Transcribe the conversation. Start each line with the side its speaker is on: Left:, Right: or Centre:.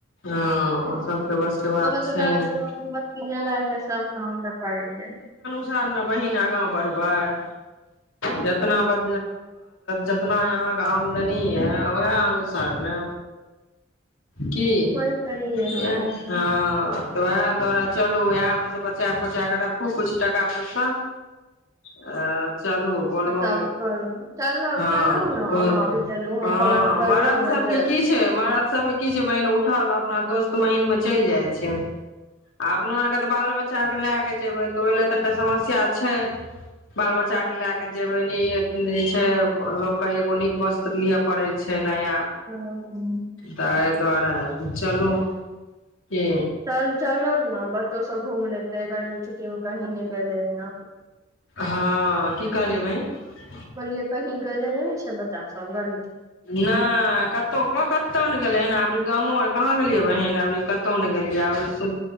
Left: हँ ओ सब बस के बात
Right: ग मोबत्ती
Left: छै ने
Right: ज ल के सब गाँव त करैे
Left: अनस ने बहिन आगा बढ़बै जितना ब जितना यहाँके आमदनी है उएह अनुसार ने कि उहै
Right: वही करलियै हमे
Left: हँ ह तऽ ओएह दुआरे चलू ओएहमे से बचा खोचा कऽ रखू किछु टाका पैसा आ चलू बोलबम
Right: तब करू चलब
Left: हँ
Right: चलू ने
Left: हँ
Right: अहाँ भी चलू हम प्लान करू
Left: मरद
Right: हमे
Left: सबके
Right: जायब
Left: की छै मरद सबके की छै बहिन उठल अपना दोस्त महीन मे चलि जाइ छै आ अपना आर के तऽ बाल बच्चा के लए के जेबै तऽ ओहि ल तनीटा समस्या छै बाल बच्चा के लए के जेबै छै लोकके एगो नीक वस्त्र लिअ पड़े छै नया
Right: हँ।
Left: तऽ ए दुआारा चलू के
Right: चल चलब न बच्चो सब घूम ले के गरमी छु्टी मे कही नहि गेले है न
Left: हँ की कहलियै बहिन
Right: पहिले कही गेलने ने ने छै बच्चा सब ग
Left: नहि कतहु क कतहु ने गेलै गामो आर कहाँ गेलियै बहिन अभरी कतहु ने गेलियै अभी सु